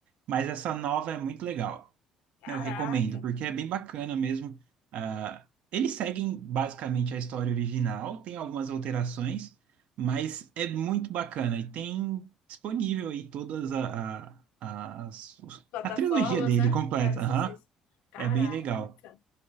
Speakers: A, on the right (about 65°); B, on the left (about 75°).
A: mas essa nova é muito legal.
B: Caraca.
A: Eu recomendo, porque é bem bacana mesmo. Ah, eles seguem basicamente a história original, tem algumas alterações, mas é muito bacana. E tem disponível aí todas a, a, as- os-
B: Plataformas,
A: a trilogia dele
B: né?
A: completa.
B: Ah, sei,
A: aham.
B: sei. sei. Caraca.
A: É bem legal.